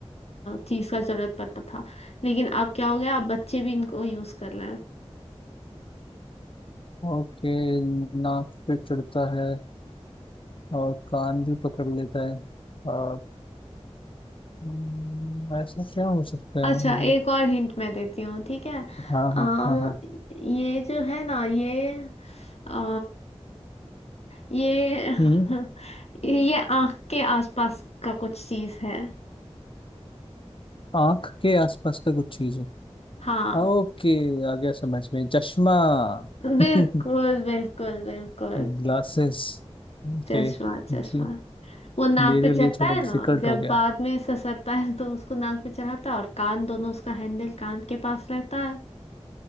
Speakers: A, on the left; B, on the left.
A: चीज का जरूरत पड़ता था लेकिन अब क्या हो गया अब बच्चे भी इनको यूज कर रहे हैं
B: ओके नाक पे चढ़ता है और कान भी पकड़ लेता है और हम्म, ऐसा क्या हो सकता
A: अच्छा
B: है जो
A: एक और हिंट मैं देती हूँ ठीक है
B: हाँ
A: आ,
B: हाँ हाँ हाँ
A: ये जो है ना ये आ, ये
B: हम्म
A: <laughs> ये आंख के आसपास का कुछ चीज है
B: आंख के आसपास का कुछ चीज है
A: हाँ
B: ओके आ गया समझ में चश्मा
A: बिल्कुल
B: <laughs>
A: बिल्कुल बिल्कुल
B: ग्लासेस ओके
A: चश्मा चश्मा
B: जी
A: वो नाक
B: मेरे
A: पे
B: लिए
A: चढ़ता
B: थोड़ा
A: है
B: डिफिकल्ट
A: ना जब
B: हो गया
A: बाद में ससरता है तो उसको नाक पे चढ़ाता है और कान दोनों उसका हैंडल कान के पास रहता है